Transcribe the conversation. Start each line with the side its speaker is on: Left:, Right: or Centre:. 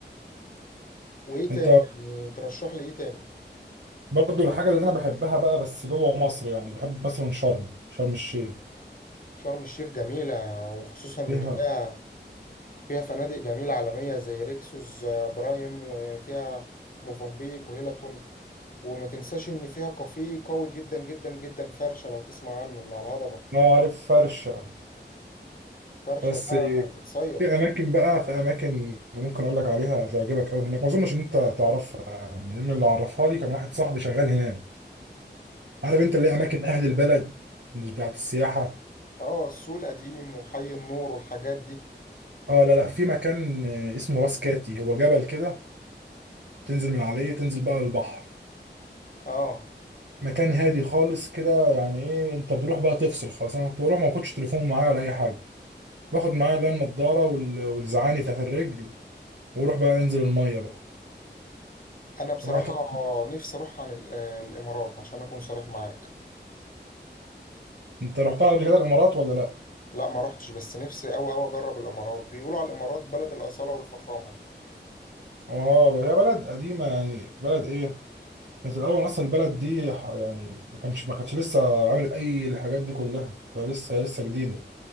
Left: وايه تاني
Right: انت
Left: يعني ترشح لي ايه تاني
Right: برضو الحاجة اللي أنا بحبها بقى بس جوه مصر يعني بحب مثلا شرم شرم الشيخ
Left: شرم الشيخ جميلة وخصوصا ان
Right: فيها
Left: فيها فيها فنادق جميلة عالمية زي ريكسوس آه، برايم وفيها موفنبيك وهيلتون وما تنساش ان فيها كافيه قوي جدا جدا جدا فرشه لو تسمع عنه اللي على الهضبه
Right: أه عارف فرشة
Left: فرشه
Right: بس
Left: ده متصيد
Right: في أماكن بقى في أماكن ممكن أقول لك عليها تعجبك أوي هناك ما أظنش إن أنت تعرفها يعني لأن اللي عرفها لي كان واحد صاحبي شغال هناك
Left: زي
Right: عارف أنت اللي هي أماكن أهل البلد مش بتاعت السياحة
Left: اه السوق القديم وحي النور والحاجات دي
Right: أه لا لا في مكان اسمه راس كاتي هو جبل كده تنزل من عليه تنزل بقى البحر
Left: اه
Right: مكان هادي خالص كده يعني ايه انت بتروح بقى تفصل خالص انا كنت بروح ما باخدش تليفون معايا ولا اي حاجه باخد معايا اللي هي النضاره وال- والزعاني بتاعت الرجل واروح بقى انزل الميه بقى
Left: انا بصراحه
Right: بقى ت-
Left: نفسي اروح عن ال- آه، الامارات عشان اكون صريح معاك
Right: انت رحتها قبل كده الامارات ولا لا
Left: لا ما رحتش بس نفسي قوي قوي اجرب الامارات بيقولوا على الامارات بلد الاصاله والفخامه
Right: اه بقى- هي بلد قديمه يعني بلد ايه كانت الاول اصلا البلد دي ح- يعني ما كانش ما كانتش لسه عملت اي الحاجات دي كلها هي لسه هي لسه جديده